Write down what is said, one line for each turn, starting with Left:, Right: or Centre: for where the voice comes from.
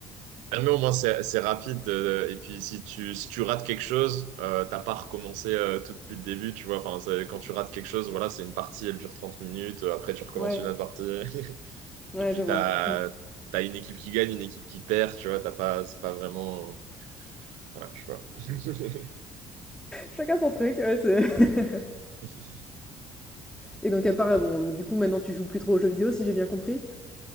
Right: Ah, Mais au moins, c'est, c'est rapide. euh, et puis, si tu, si tu rates quelque chose, euh, t'as pas recommencé euh, tout depuis le début, tu vois. Enfin, c'est- quand tu rates quelque chose, voilà, c'est une partie, elle dure 30 minutes. euh, Après, tu recommences
Centre: ouais,
Right: une autre partie. <laughs>
Centre: ouais,
Right: Et puis,
Centre: je vois.
Right: t'as, t'as une équipe qui gagne, une équipe qui perd, tu vois. T'as pas, c'est pas vraiment. euh, Ouais, je sais pas.
Centre: Chacun son truc, ouais, c'est <laughs>
Right: <laughs>
Centre: et donc à part, euh, bon, du coup maintenant tu joues plus trop aux jeux vidéo si j'ai bien compris?